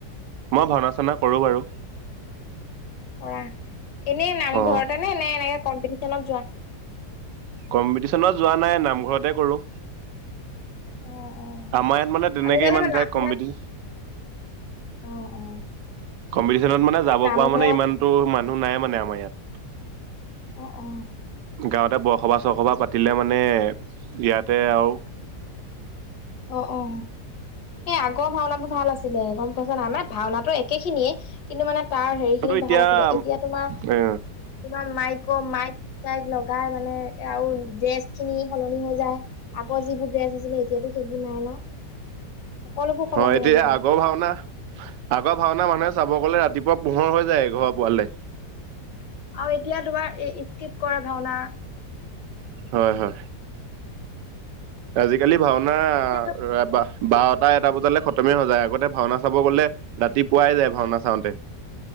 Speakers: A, on the right; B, on the left.
A: মই ভাওনা- চানওনা কৰোঁ বাৰু।
B: কৰা, এনেই নামঘৰতে
A: অ
B: নে কম্পিটিচন এনেকে যোৱা?
A: কম্পিটিশ্যনত যোৱা নাই নামঘৰতে কৰোঁ।
B: অ, অ।
A: আমাৰ ইয়াত মানে তেনেকে
B: আজিকালি
A: ইমান ডাইৰেক্ট
B: নাম
A: কম্পিটিন
B: অ, অ।
A: কম্পিটিচনত মানে যাব
B: এ নামঘৰ
A: পৰা মানে ইমানতটো মানুহ নাই মানে আমাৰ ইয়াত।
B: অ', অ'।
A: গাঁৱতে বৰসভা - চৰসভা পাতিলে মানে ইয়াতে আৰু।
B: অঁ', অঁ'। এই আগৰ ভাওনাবোৰ ভাল আছিলে গম পাইছা ন, আমাৰ ভাওনাতটো একে খিনিয়ে কিন্তু মানে তাৰ হেৰি
A: কিন্তু
B: খিনি
A: এতিয়া
B: ভাল আছিলে, এতিয়া তোমাৰ
A: এ
B: তোমাৰ মাইক- মাইক- তাইক লগাই মানে আৰু ড্ৰেছ খিনি সলনি হৈ যায়। আগৰ যিবোৰ ড্ৰেছ আছিলে এতিয়াতো সেইবোৰ নাই ন। সকলোবোৰ সলনি
A: অ, এতিয়া
B: আজিকালি
A: আগৰ ভাওনা আগৰ ভাওনা মানুহে চাব গলে ৰাতিপুৱা পোহৰ হৈ যায় ঘৰৰ পোৱালে।
B: আৰু এতিয়া তোমাৰ এই ইঈদকিদ কৰা ভাওনা।
A: হয়- হয়। আজিকালি ভাওনা
B: এতিয়া
A: বা বাৰটা এটা বজালে খতমে হৈ যায়। আগতে ভাওনা চাব গলে ৰাতিপুৱাই যায়, ভাওনা চাওঁতে।